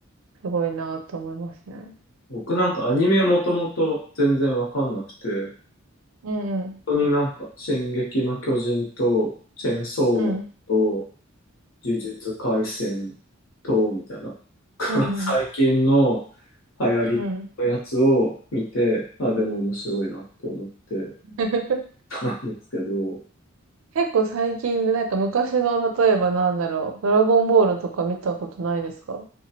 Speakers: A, on the right; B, on the left.
A: すごいなと思いますね。
B: 僕なんかアニメもともと全然わかんなくて、
A: うんうん。
B: 本当になんか、進撃の巨人と、チェンソーマンと、
A: うん。
B: 呪術廻戦と、みたいな、<laughs>
A: うん。うん。
B: 最近の流行りのやつを見て、
A: うんうん。
B: あ、でも面白いなと思って
A: <laughs>
B: たんですけど、
A: 結構最近で、なんか昔の、例えばなんだろう、ドラゴンボールとか見たことないですか